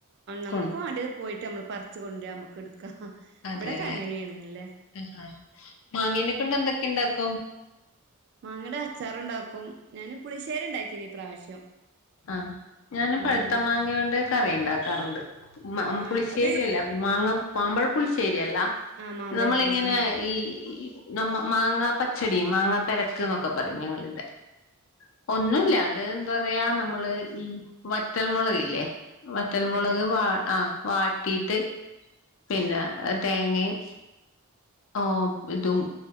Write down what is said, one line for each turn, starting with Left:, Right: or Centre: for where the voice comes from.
Right: നമ്മക്ക്
Left: കൊണ്ട്
Right: വാണ്ടിത് പോയിട്ട് നമ്മള് പറിച്ച് കൊണ്ട്രാ നമ്മക്ക് എടു
Left: അതെല്ലേ
Right: ഇവിടൊക്കെ അങ്ങനെയാണ് അല്ലേ
Left: ആഹാ മാങ്ങനെ കൊണ്ട് എന്തൊക്കെണ്ടാക്കും
Right: മാങ്ങയോണ്ട് അച്ചാറുണ്ടാക്കും ഞാന് പുളിശേരി ഉണ്ടാക്കിന് ഇപ്രാവശ്യം.
Left: ആഹ് ഞാനും
Right: മാങ്ങ
Left: പഴുത്ത
Right: കൊണ്ട്
Left: മാങ്ങ കൊണ്ട് കറി ഇണ്ടാക്കാറുണ്ട്
Right: ആഹ്
Left: പുളിശ്ശേരിയല്ല
Right: അത്
Left: മാങ്ങ മാമ്പഴപ്പുളിശ്ശേരിയല്ല
Right: ആ മാമ്പഴ
Left: നമ്മളിങ്ങനെ
Right: പുളിശ്ശേരി
Left: ഈ- മാങ്ങാ പച്ചടി മാങ്ങാ പരക്ക് എന്നൊക്കെ പറയും ഞങ്ങളിവിടെ ഒന്നുയില്ല അത് എന്താ പറയാ ന - നമ്മള് ഈ വറ്റൽമുളക് ഇല്ലേ വറ്റൽമുളക്
Right: വറ്റ്
Left: വ ആ വാട്ടീട്ട്- പിന്നെ തേങ്ങയും ഓ ഇതും